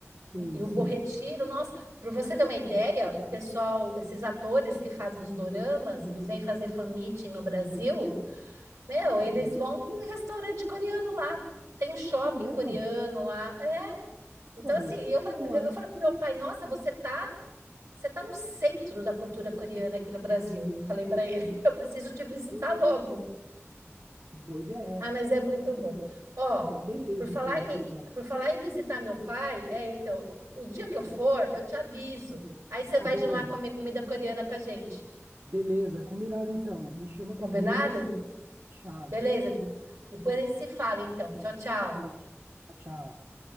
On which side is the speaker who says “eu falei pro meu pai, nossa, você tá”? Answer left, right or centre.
Right